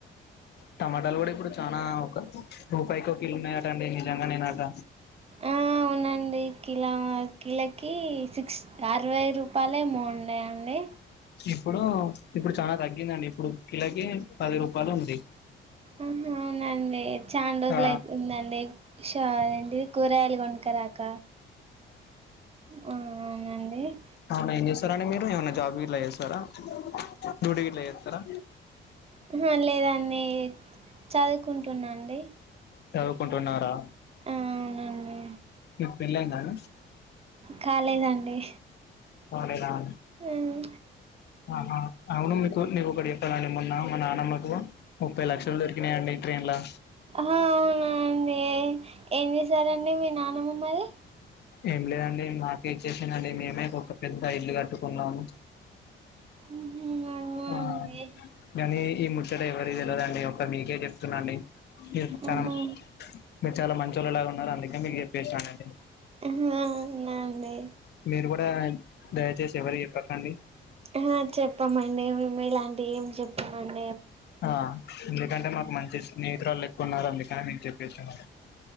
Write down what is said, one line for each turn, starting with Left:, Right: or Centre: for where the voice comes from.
Left: టమాటాలు గూడా ఇప్పుడు చానా ఒక రూపాయికి ఒక కిలో ఉన్నాయట అండి నిజంగా నేనంట
Right: ఆ ఉన్నాయండీ కిలో కిల కి సిక్స్ అరవై రూపాయలేమున్నాయి అండి
Left: ఇప్పుడు ఇప్పుడు చాలా తగ్గిందండి ఇప్పుడు కిలోకి పది రూపాయలు ఉంది
Right: ఆహ అవునండి చాన రోజులు
Left: ఆ
Right: అయితుందండి షార్ ఏంటి కూరగాయలు కొనుక్కరాక ఆ అవునండి ఏ
Left: అవును ఏం చేస్తారండి మీరు ఏమన్నా జాబ్ ఇట్ల చేస్తారా డ్యూటీ గిట్లా చేస్తారా
Right: అహ లేదాండి మీ చదువుకుంటున్నాండి
Left: చదువుకు టున్నారా
Right: ఆ అవునండి
Left: పెళ్లయిందా అండి
Right: కాలేదండి
Left: కాలేదా అండి
Right: హ్మ్
Left: ఆహా అవును మీకు నేను ఒకటి ని మొన్న నానమ్మకు ముప్పై లక్షలు దొరికినాయండి ట్రైన్ లో
Right: అవునా అండి ఏం చేశారండి మీ నా మమ్ మరి
Left: ఏం లేదండి మాకే ఇచ్చేసిందండి మేమే ఒక పెద్ద ఇల్లు కట్టుకున్నాము
Right: అవునండి.
Left: ఆ ఎని ఈ ముచ్చట ఎవరికి తెల్వదండి ఒక మీకే చెప్తున్నా అండి ఇగ చానా
Right: ఆహా
Left: <unintelligible> చాలా మంచొల్లు లాగా ఉన్నారు అందుకే మీకు చెప్పేసానండి
Right: హ్మ్ హు అవునా అండి
Left: మీరు కూడా దయచేసి ఎవరికి చెప్పకండి
Right: ఆహా చెప్పమండి మేము ఇలాంటివి ఏం చెప్పనండి
Left: ఆహ్ ఎందుకంటే మాకు మంచి స్నేహితురాలు ఎక్కు ఉన్నారు అం <unintelligible> చెప్పేసాను